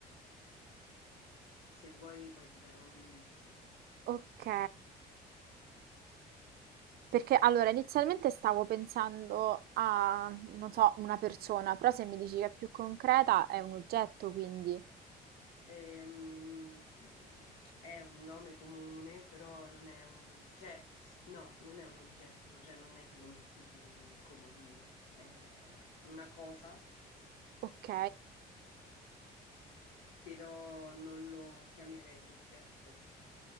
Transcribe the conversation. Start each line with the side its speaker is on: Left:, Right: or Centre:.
Left: se vuoi poi ti darò un indizio.
Right: Ok. Perché allora inizialmente stavo pensando a, non so, una persona, però se mi dici che è più concreta è un oggetto, quindi
Left: Ehm, è un nome comune, però non è un, cioè, no, non è un oggetto, cioè non è che lo metti sul comodino, è una cosa,
Right: ok.
Left: però non lo chiamerei oggetto.